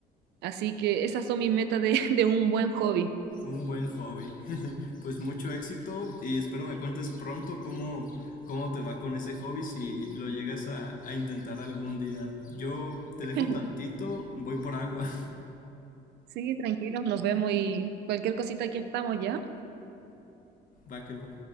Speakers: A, on the right; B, on the left.
A: Así que esas son mis metas de, <laughs> de un buen hobby.
B: Un buen hobby. Pues mucho éxito y espero me cuentes pronto cómo, cómo te va con ese hobby si lo llegas a, a intentar algún día. Yo te dejo
A: <laughs>
B: tantito, voy por agua. <laughs>
A: Sí, tranquilos, nos vemos y cualquier cosita aquí estamos ya.
B: Va que va.